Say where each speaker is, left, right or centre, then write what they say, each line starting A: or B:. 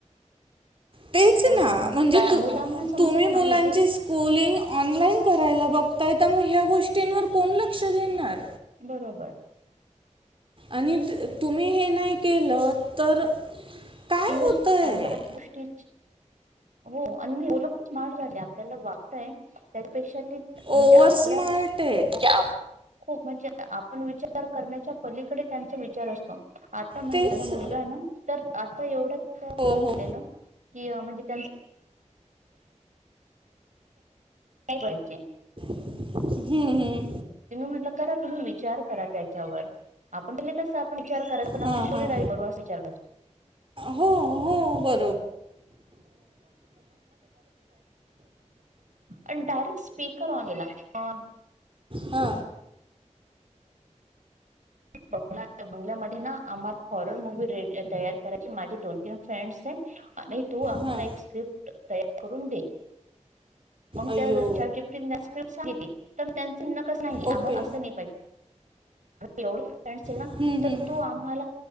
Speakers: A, on the right; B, on the right.
A: तेच
B: त्या
A: ना
B: मु-
A: म्हणजे
B: मुलांना समजत
A: तुम्ही मुलांची
B: नाही ते
A: स्कुलिंग ऑनलाईन, करायला बघताय त्यामुळे ह्या गोष्टींवर कोण लक्ष देणार,
B: बरोबर
A: आणि तुम्ही हे नाही केलं तर, काय
B: इवन
A: होतंय
B: त्यांना गुष्टी, हो आणि लं खूप म्ट झाले आपल्याला वाटतय त्यापेक्षा, म्हणजे
A: ओव्हर
B: आपल्या
A: स्मार्ट आहेत या.
B: खूप म्हणे, आपण विचार करण्याच्या पलीकडे त्यांचा विचार असतो. आता म्हणजे
A: तेच
B: माझा मुलगा आहे ना तर, आता एवढं चालेलं
A: हो हो
B: की म्हणजे त्यांच, का करायचे,
A: हम्म हम्म
B: तुम्ही म्हटल करा तुम्ही विचार करा त्याच्यावर, आपण त्या कस आप विचार करा पण आपली
A: हां
B: स्टोरी
A: हां
B: राईट करू अस विचार क
A: हो हो ब
B: अ डारेक्ट स्पीकर ऑनलाऑ
A: हा
B: बंगला बंगल्या म ना आम्हा एक हॉरर मुूवी रे तयार करायची माझी दोन तीन फ्रेंड्स आहे. आणि तू आम्हाला
A: हां
B: एक स्क्रिप्ट तयार करून दे. मग
A: अय्यो
B: त्या चाटजीपटी स्क्रिप्ट सांगितले, तर त्यांच न कस नाही
A: ओके
B: आम्हाला असं नाही पाहिजे. एवढे फ्रेंडस आहे ना
A: हम्म,
B: तर
A: हम्म.
B: तू आम्हाला,